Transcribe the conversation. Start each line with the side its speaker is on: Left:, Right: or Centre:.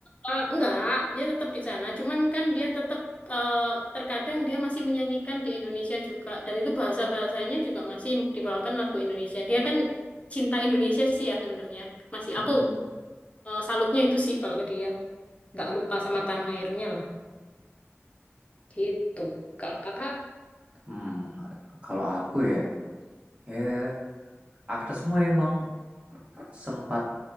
Left: eh, nggak dia tetap di sana. Cuman kan dia tetap eh, terkadang dia masih menyanyikan di Indonesia juga, dan itu bahasa bahasanya juga masih dibawakan lagu Indonesia. Dia kan cinta Indonesia sih ya sebenarnya. Masih
Right: Mm,
Left: aku
Right: mm.
Left: eh, salutnya itu sih kalau ke dia, nggak lupa sama tanah airnya lah. Gitu. Kalau kakak
Right: Hmm, kalau aku ya Ya, Agnesmo emang sempat